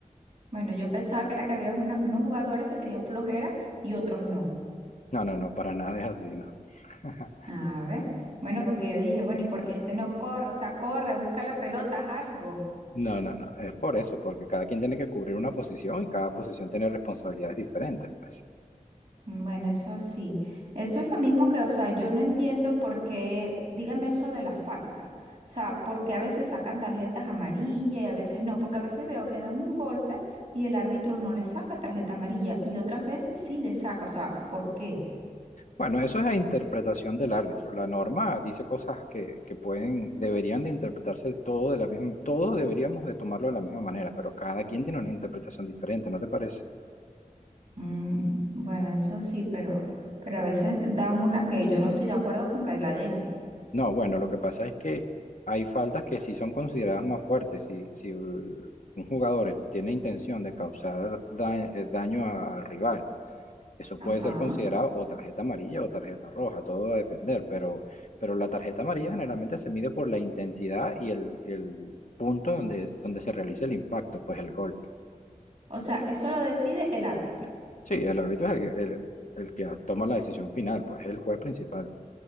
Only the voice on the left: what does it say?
No, no, no, para <laughs> nada es así, no. <laughs>
No, no, no, es por eso, porque cada quien tiene que cubrir una posición y cada posición tiene responsabilidades diferentes, pues.
Bueno, eso es la interpretación del árbitro. La norma dice cosas que, que pueden, deberían de interpretarse todo de la misma, todos deberíamos de tomarlo de la misma manera, pero cada quien tiene una interpretación diferente, ¿no te parece?
No, bueno, lo que pasa es que hay faltas que sí son consideradas más fuertes. Si, si uh, un jugador tiene intención de causar da- eh, daño a- al rival, eso
puede ser considerado o tarjeta amarilla o tarjeta roja, todo va a depender, pero, pero la tarjeta amarilla generalmente se mide por la intensidad y el, el punto donde, donde se realiza el impacto, pues el golpe.
Sí, el árbitro es el, que el- el que toma la decisión final, pues es el juez principal.